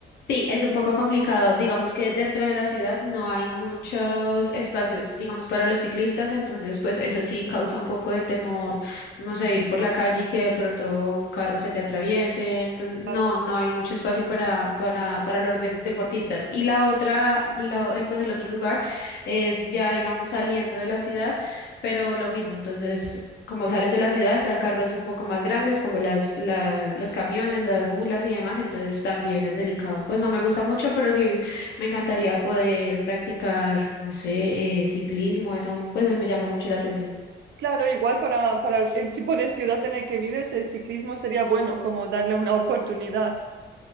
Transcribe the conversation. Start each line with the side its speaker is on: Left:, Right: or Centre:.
Left: Sí, es un poco complicado. Digamos que dentro de la ciudad no hay muchos espacios, digamos, para los ciclistas, entonces pues eso sí causa un poco de temor, no sé, ir por la calle y que de pronto un carro se te atraviese. Entonces,
Right: Claro.
Left: no, no hay mucho espacio para, para, para los des- deportistas. Y la otra, la- el, pues el otro lugar es ya, digamos, saliendo de la ciudad, pero lo mismo. Entonces, como sales de la ciudad, están carros un poco más grandes, como las, la- los camiones, las mulas y demás, entonces también es delicado. Pues no me gusta mucho, pero sí me encantaría poder practicar, no sé, eh, ciclismo, eso pues me llama mucho la atención.
Right: Claro, igual para, para el tipo de ciudad en el que vives, el ciclismo sería bueno, como darle una oportunidad.